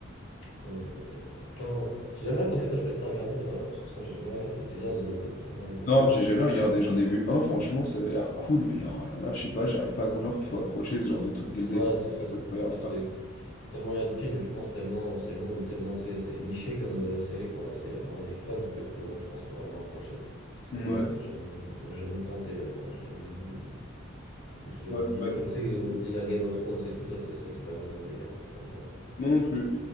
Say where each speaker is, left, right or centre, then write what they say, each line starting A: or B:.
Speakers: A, on the left (about 75°); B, on the left (about 45°).
A: Après, non, il y en a des- il y en a plein. J'ai jamais accroché, toi, je sais pas si t'as regardé, euh, parce que ça, j'ai jamais regardé, c'est le Seigneur des Anneaux, moi. J'ai jamais regardé
B: Non,
A: pour le
B: j'ai
A: coup.
B: jamais regardé, j'en ai vu un franchement, ça avait l'air cool, mais oh là là, je sais pas, j'arrive pas à accrocher. En fait, faut accrocher ce genre de truc dès le
A: Ouais,
B: départ,
A: c'est ça.
B: sinon
A: c'est-
B: ça se regarde
A: En fait,
B: pas.
A: c'est tellement il y a de films, et je pense tellement c'est long, ou tellement, tu sais, c'est niché comme euh, série, enfin, il y a- c'est vraiment les fans que faut, ouais, je pense, faut vraiment accrocher. Parce que
B: Mouais.
A: moi, ça m'a jamais, ça m'a jamais tenté, enfin, j'ai jamais eu, je me suis jamais
B: Ouais,
A: dit,
B: ouais.
A: comme tu sais, euh, délire Game of Thrones et tout, toi, c'est, ça, c'est pas mon délire, les trucs comme ça, moi.
B: Moi non plus.